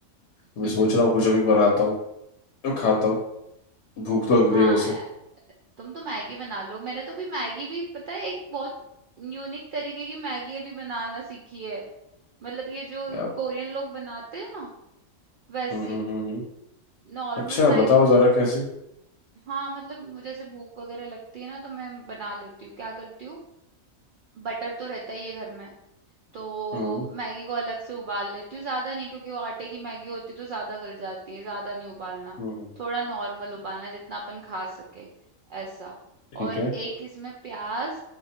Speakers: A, on the right (about 75°); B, on the left (about 60°).
A: <laughs>
B: मैं सोच रहा हूँ कुछ अभी बनाता हूँ तो खाता हूँ भूख तो लग
A: हाँ
B: रही है वैसे
A: यार तुम तो मैगी बना लो मैंने तो भी मैगी भी पता है एक बहुत यूनिक तरीके की मैगी अभी बनाना सीखी है मतलब ये जो
B: यार
A: कोरियन लोग बनाते हैं ना वैसी
B: हम्म हम्म हम्म हम्म।
A: नॉर्मल
B: अच्छा
A: मैगी
B: बताओ जरा
A: मतलब
B: कैसी
A: हाँ मतलब मुझे जैसे भूख वगैरह लगती है ना तो मैं बना लेती हूँ क्या करती हूँ बटर तो रहता ही है घर में तो
B: हम्म
A: मैगी को अलग से उबाल लेती हूँ ज्यादा नहीं क्योंकि वो आटे की मैगी होती तो ज्यादा गल जाती है ज्यादा नहीं उबालना
B: हम्म हम्म,
A: थोड़ा नॉर्मल उबालना जितना अपन खा सके ऐसा
B: ठीक
A: और
B: है
A: एक इसमें प्याज